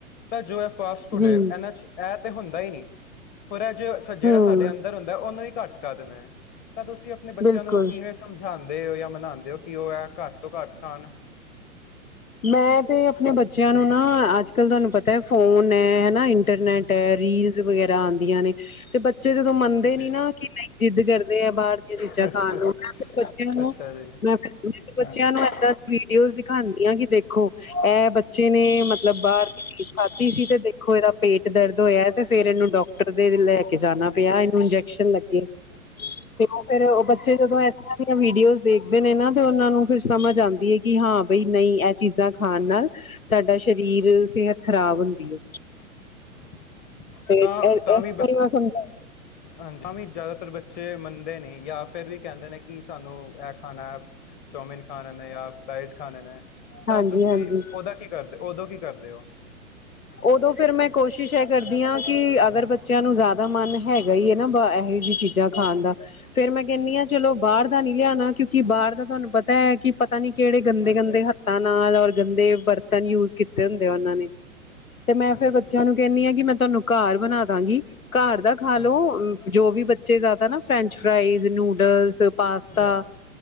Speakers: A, on the left; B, on the left.
A: ਤਾਂ ਜੋ ਹੈ ਫਾਸਟ ਫੂਡ
B: ਜੀ
A: ਹੈ। ਐਨਾ ਚ ਇਹ ਤੇ, ਹੁੰਦਾ ਹੀ ਨਹੀਂ। ਹੋਰ ਅੱਜ, ਜਿਹੜਾ
B: ਹਮ
A: ਸਾਡੇ ਅੰਦਰ ਹੁੰਦਾ। ਉਹਨੂੰ ਵੀ ਘੱਟ ਕਰ ਦੇਣਾ ਹੈ, ਤਾਂ ਤੁਸੀਂ ਆਪਣੇ ਬੱਚਿਆਂ
B: ਬਿਲਕੁਲ
A: ਨੂੰ ਕਿਵੇਂ। ਸਮਝਾਂਦੇ ਹੋ ਜਾਂ ਮਨਾਂਦੇ ਹੋ ਕਿ ਉਹ ਐ ਘੱਟ ਤੋਂ ਘੱਟ ਖਾਣ।
B: ਮੈਂ ਤੇ ਆਪਣੇ ਬੱਚਿਆਂ ਨੂੰ ਨਾ ਅੱਜ ਕੱਲ ਤੁਹਾਨੂੰ ਪਤਾ ਫੋਨ ਹੈ ਹਨਾ ਇੰਟਰਨੈਟ ਹੈ ਰੀਲਸ ਵਗੈਰਾ ਆਂਦੀਆਂ ਨੇ ਤੇ ਬੱਚੇ ਜਦੋਂ ਮੰਨਦੇ ਨੀ
A: ਜੀ
B: ਨਾ ਕਿ ਨਈ ਜਿੱਦ ਕਰਦੇ ਐ ਬਾਹਰ ਦੀ ਚੀਜ਼ਾਂ
A: ਅੱਛਾ
B: ਖਾਣ ਨੂੰ ਬੱਚਿਆਂ ਨੂੰ
A: ਅੱਛਾ ਜੀ
B: ਮੈਂ ਮ
A: ਹੂੰ
B: ਬੱਚਿਆਂ ਨੂੰ ਏਦਾਂ ਵੀਡੀਓਜ਼ ਦਿਖਾਂਦੀ ਆਂ ਕਿ ਦੇਖੋ ਇਹ ਬੱਚੇ ਨੇ ਮਤਲਬ ਬਾਹਰ ਦੀ ਚੀਜ਼ ਖਾਧੀ ਸੀ ਤੇ ਦੇਖੋ ਇਹਦਾ ਪੇਟ ਦਰਦ ਹੋਇਆ ਤੇ ਫੇਰ ਇਹਨੂੰ ਡਾਕਟਰ ਦੇ ਲੈ ਕੇ ਜਾਣਾ ਪਿਆ ਇਹਨੂੰ ਇੰਜੈਕਸ਼ਨ ਲੱਗੇ ਤੇ ਉਹ ਫੇਰ ਉਹ ਬੱਚੇ ਜਦੋਂ ਇਸ ਤਰ੍ਹਾਂ ਦੀ ਵੀਡੀਓਜ਼ ਦੇਖਦੇ ਨੇ ਨਾ ਤੇ ਉਹਨਾ ਨੂੰ ਫਿਰ ਸਮਝ ਆਂਦੀ ਹੈ। ਕਿ, ਹਾਂ ਬਈ, ਨਹੀਂ। ਚੀਜ਼ਾਂ ਖਾਣ ਨਾਲ, ਸਾਡਾ ਸਰੀਰ, ਸਿਹਤ ਖਰਾਬ ਹੁੰਦੀ ਹੈ।
A: <unintelligible>
B: ਤੇ, ਇਸ
A: ਤਾਂ ਵੀ
B: ਤੋਂ ਹੀ, ਮੈਂ ਸਮਝਾ।
A: ਹਾਂਜੀ, ਤਾਂ ਵੀ ਜ਼ਿਆਦਾਤਰ ਬੱਚੇ ਮੰਨਦੇ ਨੀ। ਜਾਂ ਫੇਰ ਵੀ ਕਹਿੰਦੇ ਨੇ, ਕਿ ਸਾਨੂੰ ਇਹ ਖਾਣਾ। ਚੌਮਿਨ ਖਾਣੇ ਨੇ, ਜਾਂ ਫਰਾਈਜ਼ ਖਾਣੇ ਨੇ, ਤਾਂ
B: ਹਾਂਜੀ
A: ਤੁਸੀਂ,
B: ਹਾਂਜੀ
A: ਉਹਦਾ ਕੀ, ਕਰਦੇ ਉਦੋਂ ਕੀ ਕਰਦੇ ਹੋ?
B: ਉਦੋਂ ਫੇਰ ਮੈਂ, ਕੋਸ਼ਿਸ਼ ਇਹ ਕਰਦੀ ਹਾਂ। ਕਿ ਅਗਰ
A: ਹਾਂਜੀ,
B: ਬੱਚਿਆਂ ਨੂੰ ਜ਼ਿਆਦਾ ਦਾ ਮਨ, ਹੈਗਾ ਹੀ, ਹੈ ਨਾ। ਇਹੋ ਜਿਹੀ ਚੀਜ਼ਾਂ ਖਾਣ
A: ਜੀ,
B: ਦਾ। ਫੇਰ ਮੈਂ ਕਹਿੰਦੀ ਹਾਂ, ਚਲੋ ਬਾਹਰ ਦਾ ਨੀ ਲਿਆਉਣਾ। ਕਿਉਂਕਿ ਬਾਹਰ ਦਾ ਤੁਹਾਨੂੰ ਪਤਾ ਹੈ। ਕਿ ਪਤਾ ਨੀ ਕਿਹੜੇ ਗੰਦੇ-
A: ਹਾਂਜੀ,
B: ਗੰਦੇ, ਹੱਥਾਂ ਨਾਲ, ਔਰ ਗੰਦੇ ਬਰਤਨ ਯੂਜ ਕੀਤੇ ਹੁੰਦੇ ਉਹਨਾਂ ਨੇ। ਤੇ ਮੈਂ
A: ਹਾਂਜੀ,
B: ਫੇਰ, ਬੱਚਿਆਂ ਨੂੰ ਕਹਿੰਦੀ ਆ। ਕਿ ਮੈਂ ਤੁਹਾਨੂੰ ਘਰ ਬਣਾ ਦਾਂਗੀ। ਘਰ ਦਾ ਖਾ
A: ਹਾਂਜੀ,
B: ਲੋ। ਜੋ ਵੀ ਬੱਚੇ ਜ਼ਿਆਦਾ ਨਾ, ਫਰੈਂਚ ਫਰਾਾਈਜ਼, ਨੂਡਲਸ, ਪਾਸਤਾ।
A: ਯਾ